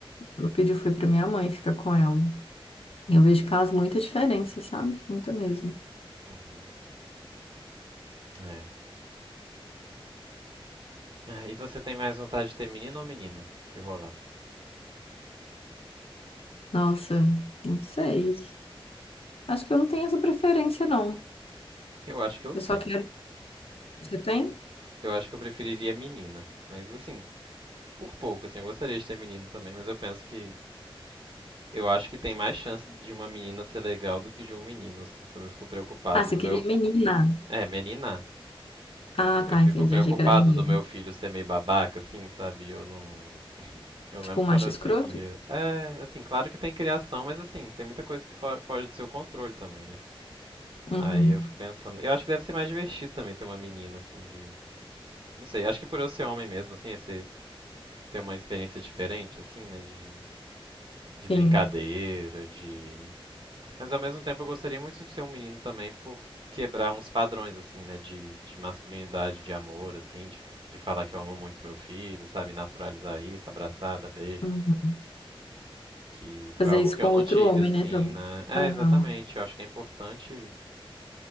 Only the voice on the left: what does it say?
Ela pediu foi pra minha mãe ficar com ela. E eu vejo que faz muita diferença, sabe? Muita mesmo.
Nossa, não sei. Acho que eu não tenho essa preferência, não.
Eu
só quero. Você tem?
Ah, você
queria
menina.
Ah,
tá,
entendi.
Achei que era menino.
Tipo
um
macho
escroto?
Uhum.
Sim.
Uhum.
Fazer
isso
com
outro
homem,
né? Tá-
Aham.